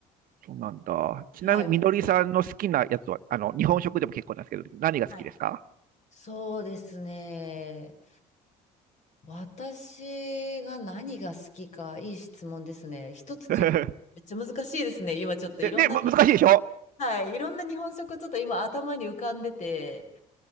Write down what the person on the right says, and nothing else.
そうなんだ。ちなみに、
みのりさんの好きなやつは、あの、日本食でも結構なんですけど、何が好きですか
<laughs> ね、
ね、む難しいでしょ